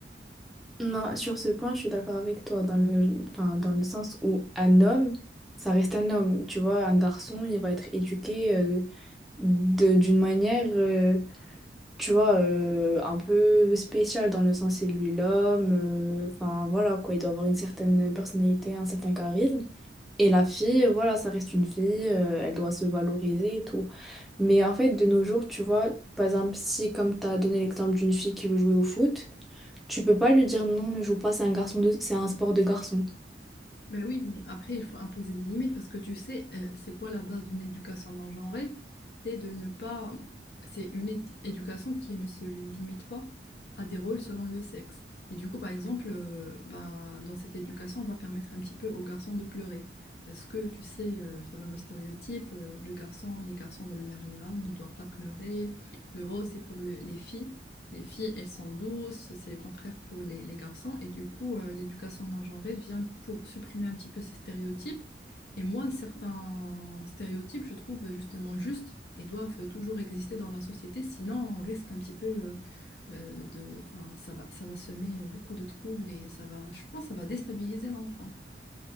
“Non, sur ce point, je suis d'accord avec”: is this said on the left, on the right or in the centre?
Centre